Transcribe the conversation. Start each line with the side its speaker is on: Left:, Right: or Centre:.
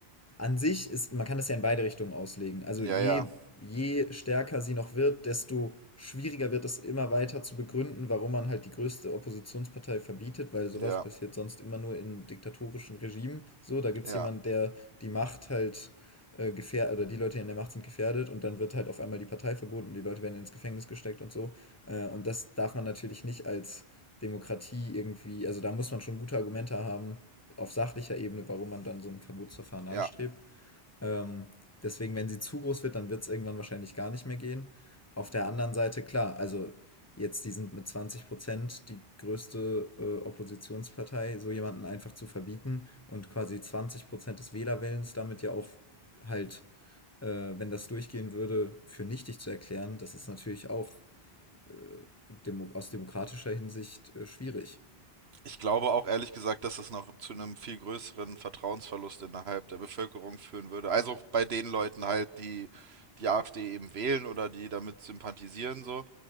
Left: an sich ist, man kann das ja in beide Richtungen auslegen. Also
Right: Ja,
Left: je,
Right: ja,
Left: je stärker sie noch wird, desto schwieriger wird es immer weiter zu begründen, warum man halt die größte Oppositionspartei verbietet, weil sowas
Right: ja,
Left: passiert sonst immer nur in diktatorischen Regimen. So, da gibt
Right: ja,
Left: es jemanden, der die Macht halt äh, gefährdet, oder die Leute, die an der Macht sind, gefährdet und dann wird halt auf einmal die Partei verboten, die Leute werden ins Gefängnis gesteckt und so. Äh, und das darf man natürlich nicht als Demokratie irgendwie, also da muss man schon gute Argumente haben, auf sachlicher Ebene, warum man dann so ein Verbotsverfahren anstrebt.
Right: ja.
Left: Ähm, deswegen, wenn sie zu groß wird, dann wird es irgendwann wahrscheinlich gar nicht mehr gehen. Auf der anderen Seite, klar, also jetzt, die sind mit 20 Prozent die größte äh, Oppositionspartei, so jemanden einfach zu verbieten und quasi 20 Prozent des Wählerwillens damit ja auch halt, äh, wenn das durchgehen würde, für nichtig zu erklären, das ist natürlich auch äh, demo aus demokratischer Hinsicht äh, schwierig.
Right: Ich glaube auch ehrlich gesagt, dass es noch zu einem viel größeren Vertrauensverlust innerhalb der Bevölkerung führen würde. Also bei den Leuten halt, die die AfD eben wählen oder die damit sympathisieren so.